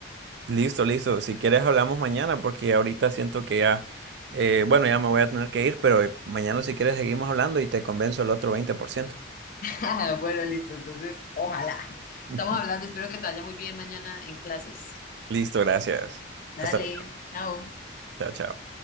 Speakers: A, on the right (about 60°); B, on the left (about 45°).
A: Listo, listo. Si quieres hablamos mañana porque ahorita siento que ya, eh, bueno, ya me voy a tener que ir, pero eh, mañana si quieres seguimos hablando y te convenzo el otro 20%.
B: <laughs> Bueno, listo. Entonces, ojalá.
A: <laughs>
B: Estamos hablando. Espero que te vaya muy bien mañana en clases.
A: Listo, gracias. Hasta
B: Dale,
A: luego.
B: chao.
A: Chao, chao.